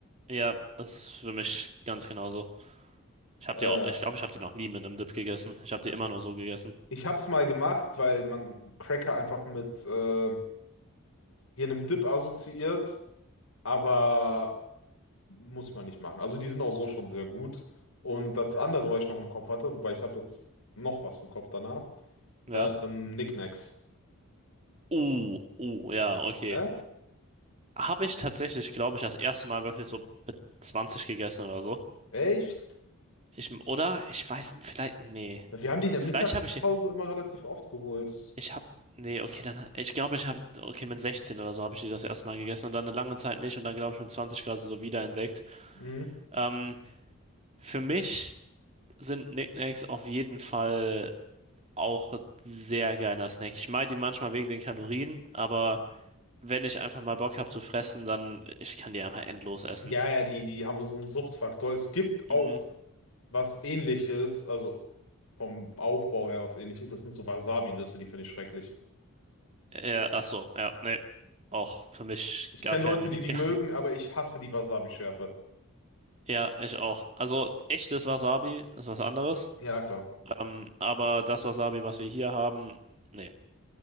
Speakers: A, on the right; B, on the left.
A: Ja, das ist für mich ganz genauso. Ich habe
B: Äh,
A: die auch, ich glaube, ich habe die noch nie mit einem Dip gegessen. Ich habe die
B: ich
A: immer nur so gegessen.
B: ich habe es mal gemacht, weil man Cracker einfach mit äh, hier einem Dip assoziiert, aber muss man nicht machen. Also die sind auch so schon sehr gut. Und das andere, was ich noch im Kopf hatte, wobei ich habe jetzt noch was im Kopf danach,
A: Ja.
B: ähm, Knickknacks.
A: Uh, uh, ja, okay.
B: Hä?
A: Habe ich tatsächlich, glaube ich, das erste Mal wirklich so mit 20 gegessen oder so.
B: Echt?
A: Ich, oder? Ich weiß, vielleicht, nee.
B: Wir haben die in der Mittagspause
A: Vielleicht habe ich die,
B: immer relativ oft geholt.
A: ich habe, nee, okay, dann, ich glaube, ich habe, okay, mit 16 oder so habe ich die das erste Mal gegessen und dann eine lange Zeit nicht und dann, glaube ich, mit 20 quasi so wiederentdeckt.
B: Mhm.
A: Ähm, für mich sind Knickknacks auf jeden Fall auch ein sehr geiler Snack. Ich mag die manchmal wegen den Kalorien, aber wenn ich einfach mal Bock habe zu fressen, dann ich kann die einfach endlos essen.
B: Ja, ja, die, die haben so einen Suchtfaktor. Es gibt auch
A: Mhm.
B: was Ähnliches, also vom Aufbau her was Ähnliches. Das sind so Wasabi-Nüsse, die finde ich schrecklich.
A: Äh, ach so, ja, nee. Auch für mich
B: Ich
A: gar
B: kenne
A: kein.
B: Leute, die die
A: <laughs> Gar,
B: mögen, aber ich hasse die Wasabi-Schärfe.
A: ja, ich auch. Also echtes Wasabi ist was anderes.
B: Ja, klar.
A: Ähm, aber das Wasabi, was wir hier haben, nee.